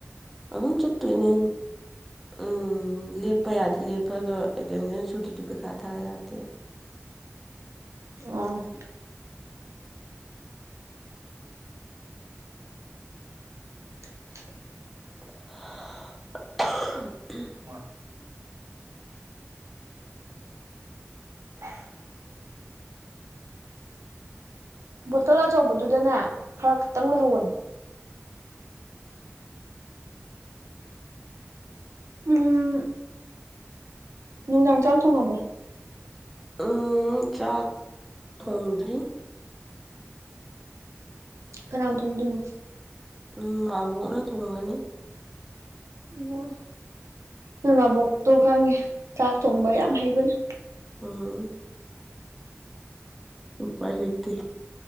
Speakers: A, in the centre; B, on the right.
A: ꯑꯗꯨꯝ ꯆꯠꯇꯣꯏꯅꯤ ꯎꯝ ꯂꯦꯞ ꯄ ꯌꯥꯗꯦ ꯂꯦꯞꯄꯒ ꯑꯦꯇꯦꯟꯗꯦꯟꯁ ꯁꯨꯗ꯭ꯔꯗꯤ ꯄꯩꯈꯥ ꯊꯥ ꯌꯥꯗꯦꯅ
B: ꯑꯣ <inaudible>
A: <unintelligible>
B: <unintelligible> <inaudible> ꯕꯣꯇꯜ ꯑꯆꯧꯕꯗꯨꯗꯅꯦ ꯈꯔ ꯈꯤꯇꯪ ꯂꯩꯍꯧꯕꯅꯦ ꯎꯝ ꯅꯨꯡꯗꯥꯡ ꯆꯥꯛ ꯊꯣꯡꯉꯕꯣ
A: ꯎꯝ ꯆꯥꯛ ꯊꯣꯡꯗ꯭ꯔꯤ
B: ꯀꯅꯥꯅ ꯊꯣꯡꯗꯣꯏꯅꯣ
A: ꯎꯝ ꯃꯥꯕꯣꯛꯅ ꯊꯣꯡꯒꯅꯤ
B: ꯑꯣ ꯅꯣꯏ ꯃꯥꯕꯣꯛꯇꯣ ꯈꯪꯉꯦ ꯆꯥꯛ ꯊꯣꯡꯕ ꯌꯥꯝ ꯍꯩꯕꯅꯦ
A: ꯎꯝ ꯎꯄꯥꯏ ꯂꯩꯇꯦ